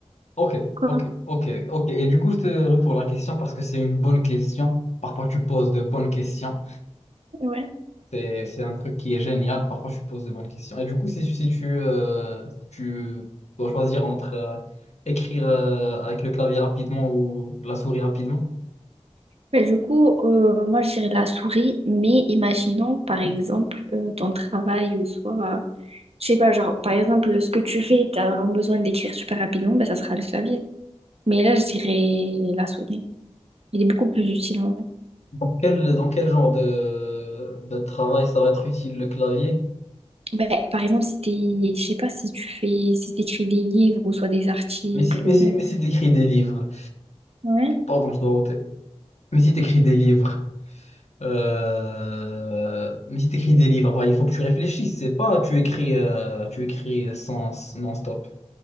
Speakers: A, on the left; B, on the right.
A: Ok,
B: quoi.
A: ok, ok, ok. Et du coup, je te retourne la question parce que c'est une bonne question. Parfois, tu poses de bonnes questions.
B: Ouais.
A: C'est, c'est un truc qui est génial. Parfois, tu poses de bonnes questions. Et du coup, si, si tu, euh, si tu dois choisir entre euh, écrire euh, avec le clavier rapidement ou la souris rapidement,
B: Bah, du coup, euh, moi, je dirais la souris, mais imaginons, par exemple, euh, ton travail ou soit, euh, je sais pas, genre, par exemple, ce que tu fais, t'as vraiment besoin d'écrire super rapidement, bah, ça sera le clavier. Mais là, je dirais la souris. Il est beaucoup plus utile en vrai.
A: dans quel, dans quel genre de, de travail ça va être utile le clavier?
B: Ben, par exemple, si t'es, je sais pas si tu fais, si t'écris des livres ou soit des articles
A: Mais si, mais
B: ou
A: si, mais si tu écris des livres,
B: Ouais.
A: pardon, je dois ôter. Mais si tu écris des livres. Euh, mais si tu écris des livres, bah, il faut que tu réfléchisses. C'est pas tu écris, euh, tu écris sans non-stop.